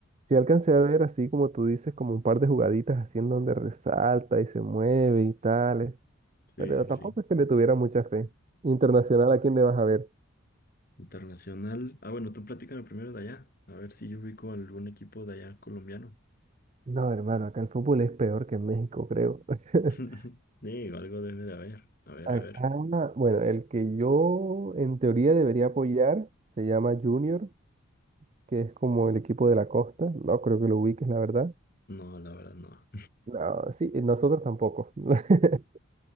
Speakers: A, on the right (about 30°); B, on the left (about 45°).
A: Sí, alcancé a ver así como tú dices, como un par de jugaditas así en donde resalta y se mueve y tales,
B: Sí,
A: pero
B: sí,
A: tampoco
B: sí.
A: es que le tuviera mucha fe. Internacional, ¿a quién le vas a ver?
B: Internacional. Ah, bueno, tú platícame primero de allá, a ver si yo ubico algún equipo de allá colombiano.
A: No, hermano, acá el fútbol es peor que en México, creo. <laughs>
B: <laughs> Digo, algo debe de haber. A ver,
A: Acá,
B: a ver.
A: bueno, el que yo en teoría debería apoyar se llama Junior, que es como el equipo de la costa. No creo que lo ubiques, la verdad.
B: No, la verdad no.
A: No, sí, nosotros tampoco. <laughs>